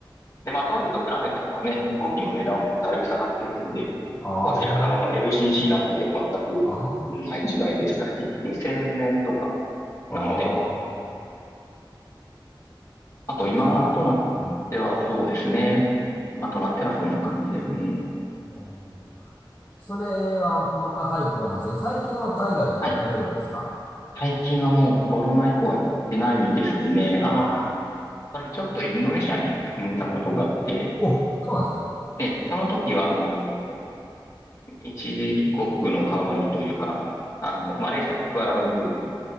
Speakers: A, on the left; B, on the left.
A: で、まあ当時と比べてもね、飛行機の値段もだいぶ下がってるので、
B: あ、
A: 当時はあの LCC なんて全くない時代でしたし、
B: あ
A: 2000年とか
B: あ、
A: なので、
B: ああ。そっか、
A: あと今となってはそうですね。
B: 若干、うん、
A: 今となってはそんな感じですね。
B: うんそれは、ま、若い子の話で、最近は海外とか行かれるんですか
A: はい。最近はもうコロナ以降は行ってないですね。あの、
B: ああ、
A: 私ちょっとインドネシアに住んでたことがあって、
B: お、そうなんですね。
A: で、その時は、あの、一時帰国の代わりというか、あの、マレーシアのクアラルンプールに